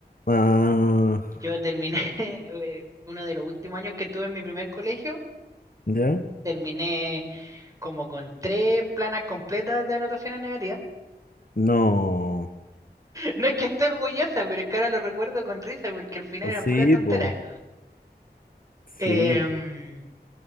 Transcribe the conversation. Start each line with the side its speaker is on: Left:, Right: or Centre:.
Left: Ah,
Right: Yo terminé, <laughs> eh, uno de los últimos años que tuve en mi primer colegio,
Left: ¿ya?
Right: terminé como con tres planas completas de anotaciones negativas.
Left: No.
Right: No es que esté orgullosa, pero es que ahora lo recuerdo con risa porque al final
Left: O
Right: era pura
Left: sí,
Right: tontera.
Left: bo. Sí,
Right: Em,
Left: bo.